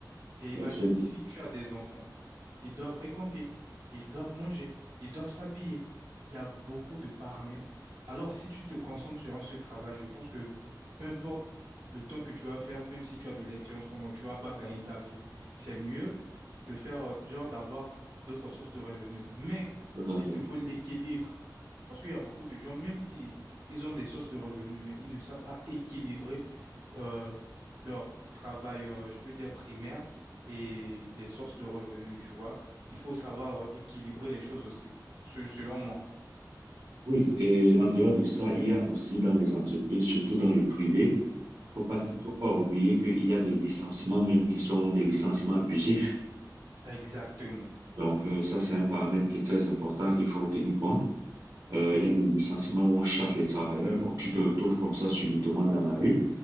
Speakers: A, on the right; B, on the right.
A: Et imagine
B: bien sûr,
A: si tu as des enfants. ils doivent fréquenter, ils doivent manger, ils doivent s'habiller. Il y a beaucoup de paramètres. Alors, si tu te concentres sur un seul travail, je pense que peu importe le temps que tu vas faire, même si tu as de l'expérience, comment tu vas pas gagner ta vie, c'est mieux de faire, euh, genre, d'avoir d'autres sources de revenus. Mais
B: tout à
A: il
B: fait.
A: te faut l'équilibre. Parce qu'il y a beaucoup de gens, même si ils ont des sources de revenus, mais ils ne savent pas équilibrer euh, leur travail, euh, je peux dire, primaire et les sources de revenus, tu vois. Il faut savoir équilibrer les choses aussi, se- selon moi.
B: Oui, et en dehors de ça, il y a aussi dans les entreprises, surtout dans le privé, faut pas,
A: Mhm.
B: faut pas oublier qu'il y a des licenciements même qui sont des licenciements abusifs.
A: Exactement.
B: Donc, euh, ça, c'est un paramètre qui est très important qu'il faut tenir compte. Euh,
A: Mhm.
B: il y a des licenciements où on chasse les travailleurs. Bon, tu te retrouves comme ça subitement dans la rue.